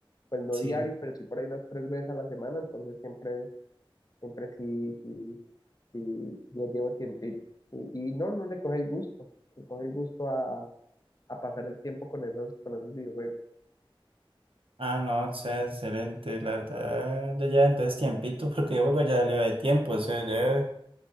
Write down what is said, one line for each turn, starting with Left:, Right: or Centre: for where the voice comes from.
Left: pues no
Right: Sí.
Left: diario, pero sí por ahí unas tres veces a la semana, entonces siempre, siempre sí, sí, sí, ya llevo tiempito. Y, y no, no le coge el gusto, le coge el gusto a, a pasar el tiempo con esos, con esos videojuegos.
Right: Ah, no, o sea, excelente, la verdad. Ya lleva entonces tiempito, porque yo juego ya salió de tiempo, o sea, ya. Es